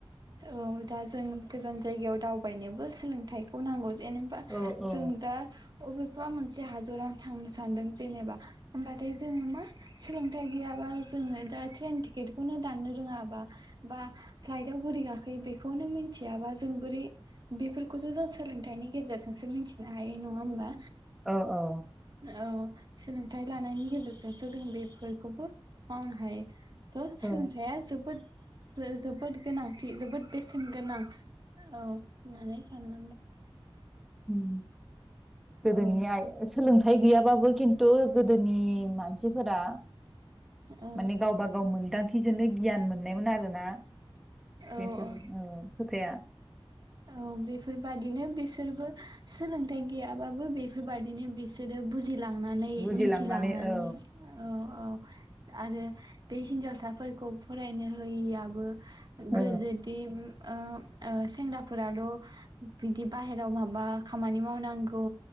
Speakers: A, on the right; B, in the centre.
A: औ दा जों गोजान जायगायाव दावबायनोबो सोलोंथाइखौ नांगौ जेनेबा
B: औ औ
A: जों दा बबेबा मोनसे हादराव थांनो सानदों जेनेबा होमबाथाय जोङो मा सोलोंथाइ गैयाबा जोङो दा ट्रेन टिकेटखौनो दाननो रोङाबा बा फ्लाइटआव बोरै गाखोयो बेखौनो मिथियाबा जों बोरै बेफोरखौसो जों सोलोंथाइनि गेजेरजोंसो मिथिनो हायो नङा होमबा
B: औ औ
A: औ सोलोंथाइ लानायनि गेजेरजोंसो जों बेफोरखौबो मावनो हायो थ'
B: औ
A: सोलोंथाइया जोबोद जो-जोबोद <unintelligible> जोबोद बेसेन गोनां औ होननानै सान
B: हुम गोदोनियाहाय
A: औ
B: सोलोंथाइ सोलोंथाय गैयाबाबो खिन्थु गोदोनि मानसिफोरा
A: औ
B: माने गावबा गाव मोनदां <unintelligible> गियान मोननायमोन आरोना
A: औ
B: बेफोरो
A: औ
B: ओ खोथाया
A: औ बेफोरबादिनो बिसोरबो सोलोंथाइ गैयाबाबो बेफोरबायदिनो बिसोरो बुजिलाङ थांनानै
B: बुजिलांनानै
A: मिथिलांनानै
B: औ
A: औ औ आरो बे हिनजावसाफोरखौ फरायनो होयैआबो
B: औ
A: गोजोदि ओ ओ सेंग्रा फोराल बिदि बाहेराव माबा खामानि मावनांगौ